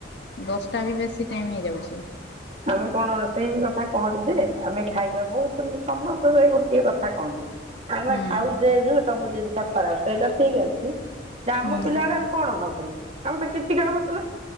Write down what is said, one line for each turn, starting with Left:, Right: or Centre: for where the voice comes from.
Left: ଦଶଟା ବି ବେଶୀ ଟାଇମ ହେଇଯାଉଛି।
Right: ଆମେ କଣ ସେଇ କଥା କହନ୍ତି ଯେ ଆମେ ଖାଇବା ବହୁତ ସମସ୍ତେ ସେଇ ଗୋଟଏ କଥା କହନ୍ତି। ଆମେ
Left: ହୁଁ
Right: ଖାଉଛେ ଏଇ ଯୋଉ ସବୁ ଜିନିଷ ଖରାପ ସେଇଟା ଠିକ ଅଛି ଆମ
Left: ହୁଁ
Right: ପିଲାଡା କଣ ଖାଉଥିଲେ ଆମେ ତ କିଛି ଖାଉନଥିଲେ